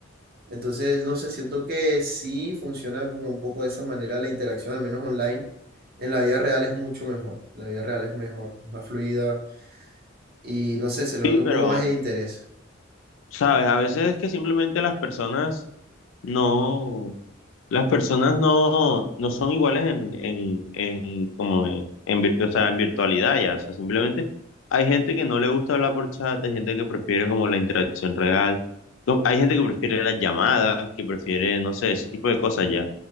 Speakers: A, on the right; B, on the left.
A: Entonces, no sé, siento que sí funciona como un poco de esa manera la interacción, al menos online. En la vida real es mucho mejor. En la vida real es mejor, es más fluida y no sé, se le
B: Sí,
A: nota un
B: pero,
A: poco más el interés.
B: sabes, a veces es que simplemente las personas no, Las personas no, no son iguales en, en, en, como en, en vir- o sea, en virtualidad ya. O sea, simplemente hay gente que no le gusta hablar por chat, hay gente que prefiere como la interacción real. No, Hay gente que prefiere las llamadas, que prefiere, no sé, ese tipo de cosas ya,